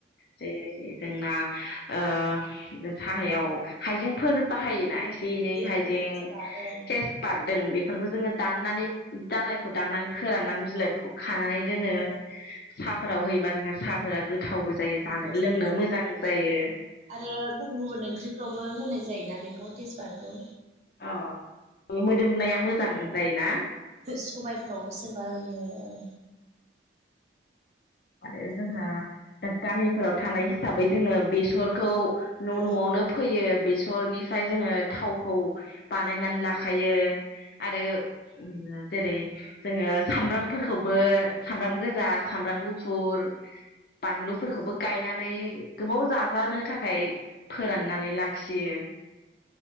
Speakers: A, on the left; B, on the right.
A: जेरै जोंना ओ साहायाव हाइजेंफोर बाहायो। जोंनि एसे एनै हाइजें
B: आरो तेजपात औ
A: टेस पाट बे बेफोरखौ जोङो दाननानै दालायखौ दाननानै फोराननानै बिलाइफोरखौ खानानै दोनो।
B: औ
A: साफोराव होबाना साहाफोरा गोथावबो जायो जानो
B: गोथाव जायो।
A: लोंनो मोजां जायो
B: आरो गुबुन गुबुन ओंख्रिफ्रावबो होनाय जायोना बेखौ तेजपातखौ।
A: अ मोदोमनाया मोजां जायोना
B: सबायफोरावबो सोरबा होयो। अ
A: आरो जोंहा दा गामिफोराव थानाय हिसाबै जोङो बेसरखौ न'
B: औ
A: न'आवनो फैयो बेसरनिफ्राय जोङो थावखौ
B: औ
A: बानायनानै लाखायो आरो जेरै जोङो सामब्रामफोरखौबो सामब्राम गोजा सामब्राम गु फुर बानलुफोरखौबो गायनानै माने गोबाव जाजानो थाखाय फोराननानै लाखियो।